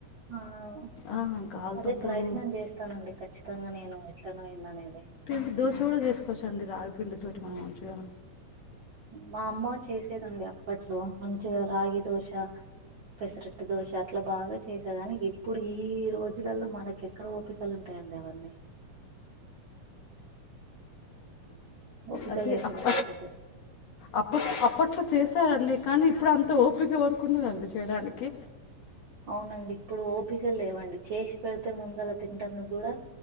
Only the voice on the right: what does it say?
ఆ ఆవ్
అదే
ప్రయత్నం చేస్తానండి ఖచ్చితంగా నేను ఎట్లనే పోయింది అనేది
మా అమ్మ చేసేదండి అప్పట్లో మంచిగా రాగి దోశ పెసరట్ దోశ అట్లా బాగా చేసాదాని ఇప్పుడు ఈ రోజు ల్లల్లో మనకి ఎక్కడ ఓపికలు ఉంటాయండి అవన్నీ ఓపిక
లేకుండా
అయిపోతది
అవునండి ఇప్పుడు ఓపిక లేవండి చేసి పెడితే ముందలా తింటందు గుడా